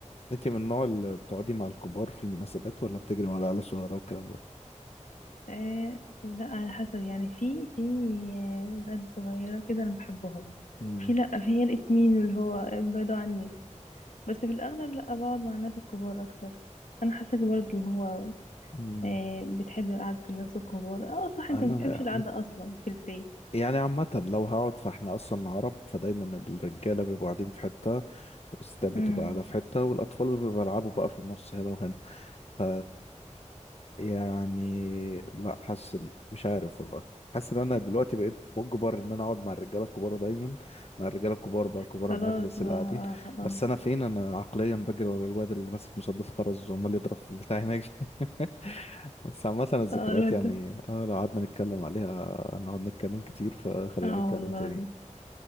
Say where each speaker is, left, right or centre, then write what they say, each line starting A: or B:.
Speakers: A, on the left (about 55°); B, on the left (about 80°).
A: انت من النوع اللي بتقعدي مع الكبار في المناسبات ولا بتجري مع العيال الصغيره والكلام ده
B: آه لا على حسب يعني في في آه، ولاد صغيرة كده أنا بحبهم
A: امم
B: في لا في هي الاتنين اللي هو بعدوا عني بس في الأغلب لا بقعد مع الناس الكبار أكتر أنا حاساك برضه اللي هو
A: أمم.
B: آه بتحب قعدة الناس الكبار اه صح
A: انا
B: انت ما بتحبش القعدة أصلا في البيت
A: يعني عامه لو هقعد فاحنا اصلا عرب فدايما الرجاله بيبقوا قاعدين في حته والستات بتبقى
B: امم
A: قاعده في حته والاطفال بيبقوا بيلعبوا بقى في النص هنا وهنا ف يعني لا حاسس إن- مش عارف والله حاسس ان انا دلوقتي بقيت بجبر ان انا اقعد مع الرجاله الكبار دايما مع الرجاله الكبار بقى كبار
B: خلاص
A: المجلس
B: بقى
A: اللي قاعدين
B: اه اه
A: بس انا فين انا عقليا بجري ورا الواد اللي ماسك مسدس خرز وعمال يضرب في البتاع هناك <laughs> بس عامة الذكريات
B: اه آه، الواد
A: يعني
B: ده
A: اه لو قعدنا نتكلم عليها نقعد نتكلم كتير فخلينا
B: اه
A: نتكلم
B: والله
A: تاني